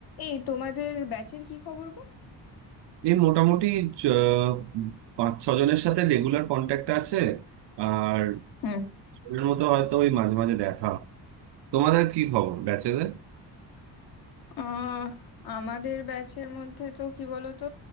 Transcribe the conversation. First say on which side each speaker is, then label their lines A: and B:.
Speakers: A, on the left; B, on the right.
A: এই তোমাদের ব্যাচের কি খবর গো
B: এই মোটামুটি চ- পাঁচ ছ জনের সাথে রেগুলার কন্ট্যাক্ট আছে আর
A: হুম
B: এর মতো হয়তো ওই মাঝে মাঝে দেখা তোমাদের কি খবর ব্যাচেদের
A: আহ আমাদের ব্যাচের মধ্যে তো কি বলতো